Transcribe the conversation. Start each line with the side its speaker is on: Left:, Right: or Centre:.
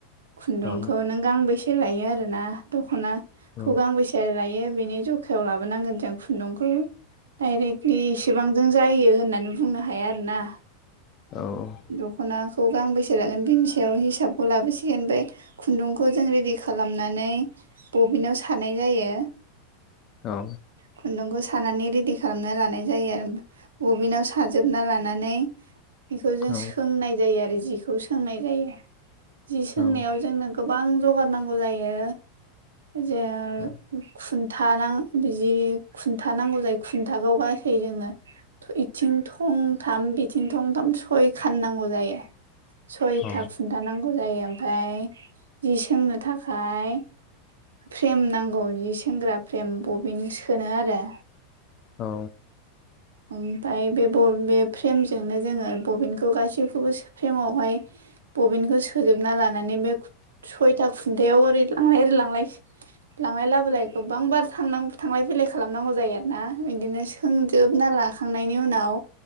Right: खुन्दुंखौ
Left: औ
Right: नों गांबेैसे लायो आरोना दख'नाखौ
Left: औ
Right: गांबेस से लायो बेनि जखायाव लाबोनांगोन जों खुन्दुंखौ डाइरेक्टलि इसेबां जों जायो होननानै बुंनो हाया आरोना
Left: औ
Right: दख'नाखौ गांबेसे लागोन बिनिसायाव हिसाबखौ लाबोसिगोन ओमफाय खुन्दुंखौ जों रेडि खालामनानै बबिनाव सानाय जायो
Left: औ
Right: खुन्दुंखौ सानानै रेडि खालामना लानाय जायो आरो बबिनाव साजोबना लानानै बेखौ जों
Left: औ
Right: सोंनाय जायो आरो जिखौ सोंनाय जायो जि सोंनायाव
Left: औ
Right: जोंनो गोबां जगार नांगौ जायो जे
Left: औ
Right: खुन्था नां बिदि खुन्था नांगौ जायो खुन्थाखौ गासै जोंनो बिथिं थंथाम बिथिं थंथाम स सयखान नांगौ जायो सयथा
Left: औ
Right: खुन्था नांगौ जायो ओमफाय जि सोंनो थाखाय फ्रेम नांगौ जि सोंग्रा फ्रेम बबिन सोनोआरो
Left: औ
Right: ओमफ्राय बेब बे फ्रेमजोंनो जोङो बबिनखौ गासैखौबो सोफ्रेमावहाय बबिनखौ सोजोबना लानानै बे सयथा खुन्थायाव ओरै लांलाय ओरै लांलाय लांलाय लाबोलाय गोबांबार थांनां थांलाय फैलाय खालामनांगौ जायो आरोना बिदिनो सोंजोबना लाखांनायनि उनाव